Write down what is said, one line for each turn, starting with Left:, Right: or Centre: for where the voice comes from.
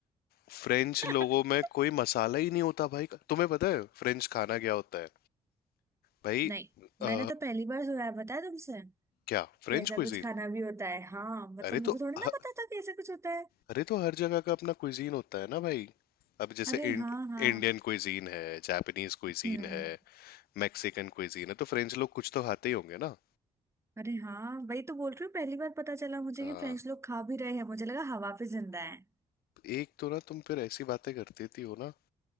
Left: फ्रेंच लोगों
Right: <laughs>
Left: में कोई मसाला ही नहीं होता भाई तुम्हें पता है फ्रेंच खाना क्या होता है भाई
Right: नहीं
Left: अ,
Right: मैंने तो पहली बार सुना है बताया तुमसे
Left: क्या फ्रेंच
Right: कि ऐसा
Left: क्विजीन
Right: कुछ खाना भी होता है हाँ मतलब
Left: अरे
Right: मुझे
Left: तो
Right: थोड़ी ना
Left: ह-
Right: पता था कि ऐसा कुछ होता है
Left: अरे तो हर जगह का अपना क्विजीन होता है ना भाई अब जैसे
Right: अरे
Left: इंड,
Right: हाँ हाँ
Left: इंडियन क्विजीन है जापानीज क्विजीन
Right: हम्म
Left: है मैक्सिकन क्विजीन है तो फ्रेंच लोग कुछ तो खाते ही होंगे ना
Right: अरे हाँ वही तो बोल रही हूँ पहली बार पता चला मुझे
Left: हाँ
Right: कि फ्रेंच लोग खा भी रहे हैं मुझे लगा हवा पे जिंदा है
Left: एक तो ना तुम फिर ऐसी बातें करती थी हो ना